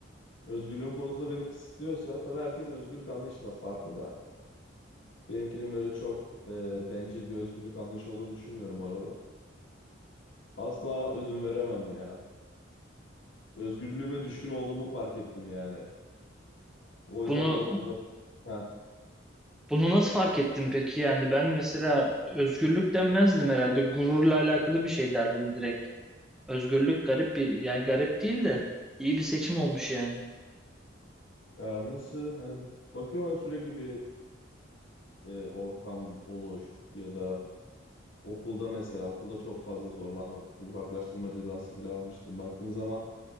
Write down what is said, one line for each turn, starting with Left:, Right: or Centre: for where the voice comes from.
Left: Özgürlüğüm konusunda beni kısıtlıyorsa tabii herkesin özgürlük anlayışı da farklı da benimkinin böyle çok e, bencil bir özgürlük anlayışı olduğunu düşünmüyorum bu arada. Asla ödün veremem ya. özgürlüğüme düşkün olduğumu fark ettim yani. O yüzden
Centre: Bunu
Left: de okulda ha,
Centre: bunu nasıl fark ettin peki? Yani ben mesela özgürlük denmezdim herhalde. Gururla alakalı bir şey derdim direkt. Özgürlük garip bir yani garip değil de iyi bir seçim olmuş yani.
Left: ya nasıl hani bakıyorum ama sürekli bir e, ortam olur ya da okulda mesela okulda çok fazla zorlandım. Uzaklaştırma cezası bile almıştım. Baktığın zaman